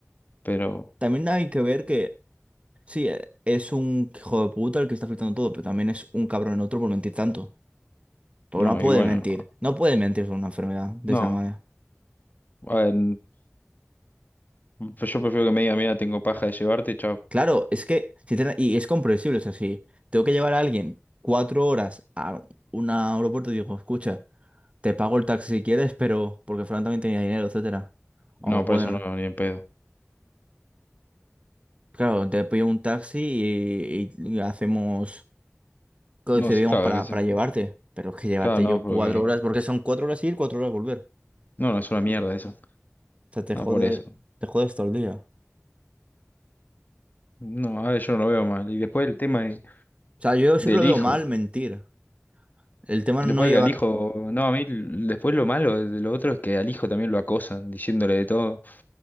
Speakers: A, on the left; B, on the right.
A: Pero,
B: También hay que ver que, sí, eh, es un hijo de puta el que está filtrando todo, pero también es un cabrón en otro por mentir tanto. Porque
A: no,
B: no puede
A: y bueno.
B: mentir. No puede mentir sobre una enfermedad de
A: No.
B: esa manera.
A: A ver, pues yo prefiero que me diga, mira, tengo paja de llevarte, chao.
B: Claro, es que, sincera- y es comprensible, o sea, si tengo que llevar a alguien cuatro horas a un aeropuerto, digo, escucha, te pago el taxi si quieres, pero porque Fran también tenía dinero, etcétera.
A: No,
B: O pueden,
A: por eso no, ni en pedo.
B: claro, te pido un taxi y, y- y hacemos, coincidimos
A: No, sí, claro,
B: para,
A: que se...
B: para llevarte, pero es que llevarte
A: Claro, no,
B: yo
A: porque...
B: cuatro horas, porque son cuatro horas ir, cuatro horas volver.
A: No, no, es una mierda eso.
B: O sea, te
A: No,
B: jode,
A: por eso.
B: te jodes todo el día.
A: No, a ver, yo no lo veo mal. Y después el tema de-
B: O sea, yo
A: del
B: sí que lo veo
A: hijo.
B: mal mentir. El tema
A: Después
B: no llevar,
A: que al hijo. No, a mí l- después lo malo de lo otro es que al hijo también lo acosan, diciéndole de todo.